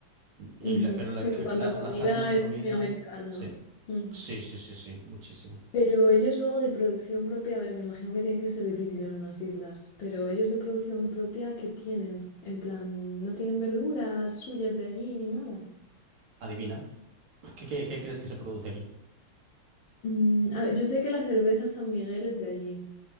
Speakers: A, on the right; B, on the left.
A: Y
B: ujú.
A: la- pero la
B: Pero
A: que-
B: en cuanto
A: las,
B: a comida
A: las cadenas de
B: es
A: comida,
B: muy americana.
A: sí,
B: Mm.
A: sí, sí, sí, sí, muchísimo.
B: Pero ellos luego de producción propia, a ver, me imagino que tiene que ser difícil en unas islas, pero ellos de producción propia, ¿qué tienen? En plan, no tienen verduras suyas de allí ni nada.
A: Adivina, <laughs> ¿qué, qué, qué crees que se produce aquí?
B: Mm, a ver, yo sé que la cerveza San Miguel es de allí,